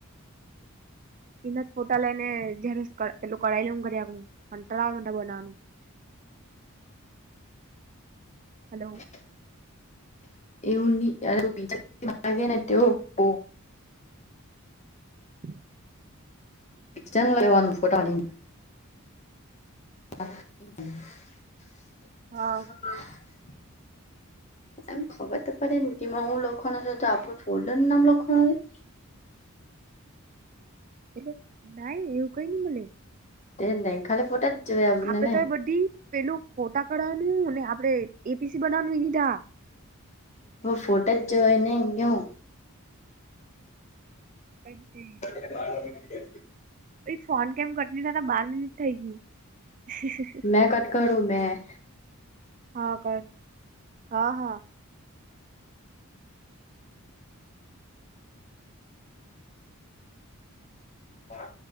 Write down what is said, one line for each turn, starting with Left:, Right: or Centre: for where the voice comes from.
Right: તેના જ ફોટા લઈ ને જયારેલું કરાવી લે કરી આપણુંટળાવ બનાવાનું હલો
Left: <inaudible> એવની બજ લાગેને તેઓ બો
Right: હમ
Left: એ લેવાનું ફોટાની હ
Right: હા
Left: હા એમ ખબર તો પડે ને કેમાં હું લખાણ હ છ તો આપણું ફોડન નું નામ લખાણ હોય
Right: એટલે નાને એવું ક ન બોલે
Left: તે નહી ખાલી ફોટા જોયા આપણને
Right: આપડે
Left: ને
Right: તો એ બધી પેલું ફોટા કાઢવાનું ને આપડે એપીસી બનાવાનુંીધા
Left: ફોટો જ જોયને ગ
Right: હાતી
Left: મા
Right: એક ફોન કેમ કટની થ બાર મિટ થઈ ગ
Left: મેં કટ કરું મેં
Right: હા કર હા હા
Left: હા